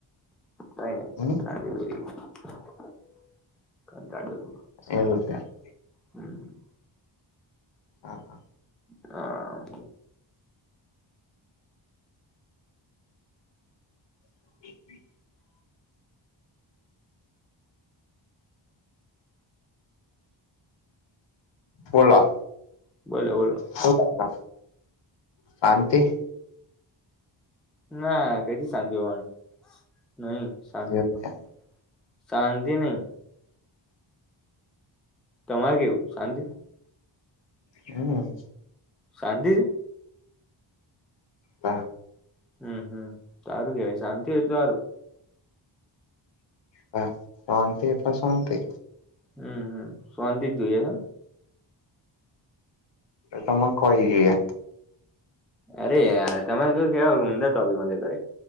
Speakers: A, in the centre; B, on the left (about 60°).
A: નહી નહી.
B: હમ.
A: કતાડોરી. <unintelligible>
B: એ રૂપિયા. <unintelligible>
A: હમ.
B: હા હા.
A: હા.
B: <inaudible> બોલા.
A: બોલો બોલો.
B: શું કરો, સાંતી?
A: ના કથી શાંતિ હોવાની, નહી શાંતિ
B: એવું
A: તો.
B: છે
A: શાંત નહી. તમારે કેવું શાંતિ?
B: હમ.
A: શાંતિ?
B: હા.
A: હમ હમ સારું કેવાય શાંતિ હોય તો સારું.
B: હા શાંતિ એપ શાંતિ.
A: હમ હમ શાંતિ જ જોઈએ હ.
B: તો તમે કહી જ એ.
A: અરે યાર તરે ક કેવાય ઉમદા ટોપી મ કર